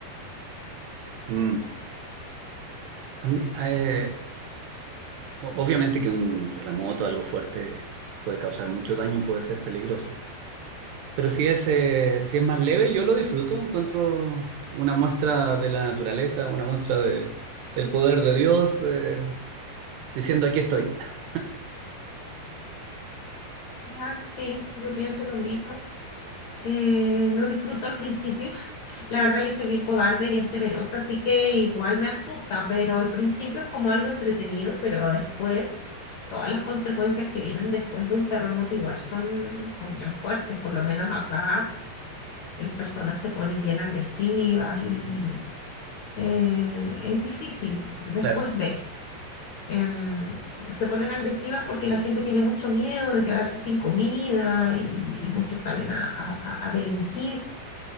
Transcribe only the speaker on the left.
Ah, sí, yo pienso lo mismo. Eh, lo disfruto al principio. <laughs> La verdad, yo soy bien cobarde, bien temerosa, así que igual me asusta, pero al principio es como algo entretenido, pero después todas las consecuencias que vienen después de un terremoto igual son, son bien fuertes. Por lo menos acá las personas se ponen bien agresivas y mm, eh, es difícil después
de em, se ponen agresivas porque la gente tiene mucho miedo de quedarse sin comida y, y muchos salen a, a- a- a delinquir